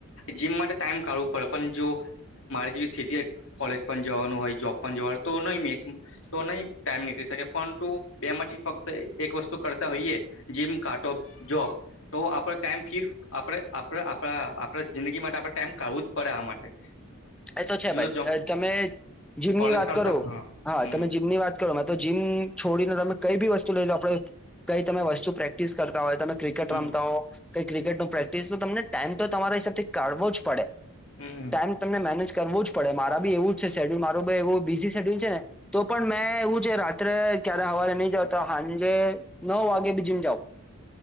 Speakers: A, on the left; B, in the centre.
A: જીમ માટે ટાઈમ કાઢવો પડે પણ જો મારે જેવી સિટી કોલેજ પણ જવાનું હોય જોબ પણ જવાનું તો નહી મે તો નહી ટાઈમ નીકળી શકે પરંતુ બે માંથી ફક્ત એક વસ્તુ કરતા હોઈએ. જીમ કાટ જોબ તો આપડ ટાઈમ ફિક્સ આપણે આપણે આપણા આપણા જિંદગી માટે આપણે ટાઈમ કાઢવું જ પડે આ માટે
B: એ તો છે
A: જો
B: ભાઈ
A: જોબ
B: તમે જીમની
A: કોલેજ
B: વાત
A: કરતા
B: કરો હા
A: હમ
B: તમે જીમની વાત તો જીમ છોડીને તમે કઈ બી વસ્તુ લઈ લો આપડે કઈ તમે વસ્તુ પ્રેક્ટિસ કરતા હોય તમે ક્રિકેટ
A: હમ
B: રમતા હો કઈ ક્રિકેટ ન પ્રેક્ટિસ તો તમને ટાઈમ તો તમારા હિસાબથી કાઢવો જ પડે ટાઈમ
A: હમ
B: તમને મેનેજ કરવો જ પડે મારા બી એવું જ છે શેડ્યુલ મારો બ એવું બીઝી શેડ્યુલ છે ને તો પણ મેં એવું છે રાત્રે ક્યારે હવારે નહી જાવતા સાંજે નવ વાગે બીજી જાાવ